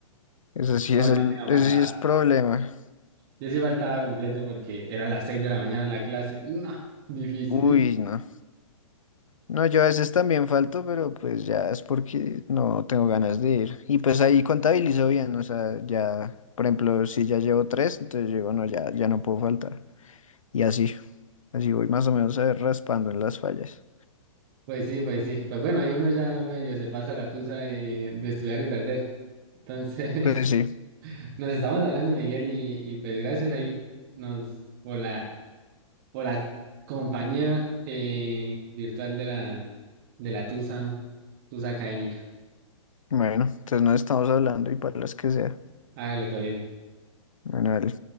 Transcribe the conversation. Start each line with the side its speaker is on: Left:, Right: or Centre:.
Left: Eso sí
Right: No,
Left: es
Right: yo
Left: el,
Right: sí no
Left: eso
Right: faltaba.
Left: sí es problema.
Right: Yo sí faltaba completo porque era a las seis de la mañana la clase. No, difícil.
Left: Uy, no. No, yo a veces también falto, pero pues ya es porque no tengo ganas de ir. Y pues ahí contabilizo bien, o sea, ya, por ejemplo, si ya llevo tres, entonces digo, no, ya, ya no puedo faltar. Y así, así voy más o menos eh, raspando en las fallas.
Right: Pues sí, pues sí. Pues bueno, ahí uno ya medio se pasa la tusa de, de estudiar y perder. Entonces,
Left: Pues sí,
Right: Nos estamos hablando, Miguel, y, y pues gracias ahí nos por la por la compañía eh, virtual de la de la Tusa, Tusa Académica.
Left: bueno, entonces nos estamos hablando y para las que sea.
Right: Hágale todo bien.
Left: Bueno, dale.